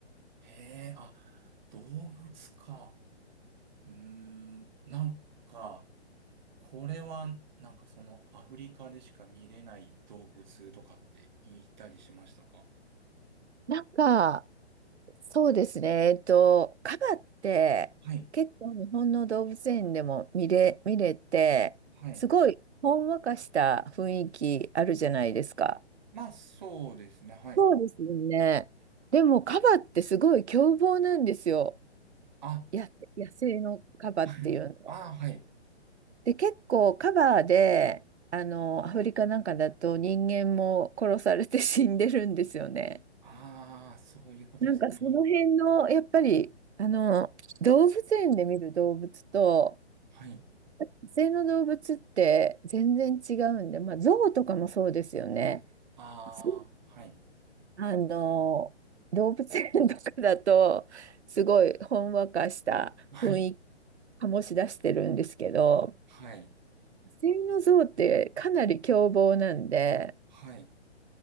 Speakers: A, on the right; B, on the right.
A: へえ、あ、動物か。うーん。なんか、これは、なんかそのアフリカでしか見れない動物とかって言ったりしましたか
B: なんか、そうですね。えっと、カバって結構日本の動物園でも見れ、
A: はい。
B: 見れて、
A: はい。
B: すごいほんわかした雰囲気あるじゃないですか。
A: まあ、そうですね。はい。
B: そうですよね。でも、カバってすごい凶暴なんですよ。
A: あ、
B: や、野生のカバっていうのは。
A: <laughs> ああ、はい。
B: で、結構カバーで、あの、アフリカなんかだと人間も殺されて <laughs> 死んでるんですよね。
A: ああ、そういうことですね。
B: なんかその辺の、
A: はい。
B: やっぱり、あの、動物園で見る動物と、
A: はい。
B: 野生の動物って全然違うんで、まあ、象とかもそうですよね。
A: ああ、
B: 象って
A: はい。
B: あの、動物園とかだと、すごいほんわかした雰囲気
A: はい。
B: 醸し出してるんですけど、
A: はい。
B: セミの像ってかなり凶暴なんで、
A: はい。